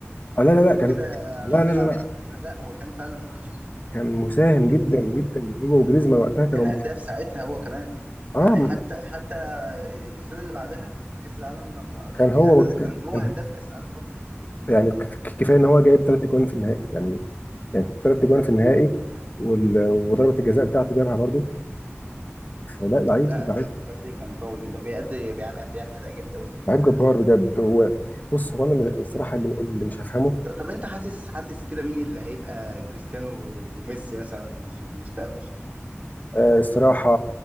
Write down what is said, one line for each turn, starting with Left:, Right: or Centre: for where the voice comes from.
Left: آه لا
Right: اخده
Left: لا لا كان
Right: كده
Left: لا
Right: عشان
Left: لا
Right: بيلعب
Left: لا
Right: في المنتخب لا هو كان فعلا هو اللي شايل ال...
Left: كان مساهم
Right: كان شايل
Left: جدا
Right: فرنسا
Left: جدا هو وجريزمان وقتها كانوا
Right: كان هداف ساعتها هو كمان
Left: اه
Right: يعني حتى حتى السنه اللي بعدها في كاس العالم لما الارجنتين
Left: كان هو
Right: اخدته
Left: كان
Right: كان هو
Left: كان-
Right: هداف كاس العالم برضه
Left: يعني ك- ك- كفايه ان هو جايب ثلاث اجوان في النهائي يعني يعني ثلاث اجوان في النهائي وال... وضربه الجزاء بتاعته جابها برضو فلا لعيب
Right: لا
Left: لعيب
Right: مبابي كان قوي جدا بيأدي بيعمل بيعمل اداء جامد قوي في ال...
Left: لعيب جبار بجد هو بص هو انا الصراحه اللي اللي مش هفهمه
Right: ط- طب انت حاسس حاسس كده مين اللي هيبقى كريستيانو وميسي مثلا في المستقبل
Left: آه، الصراحه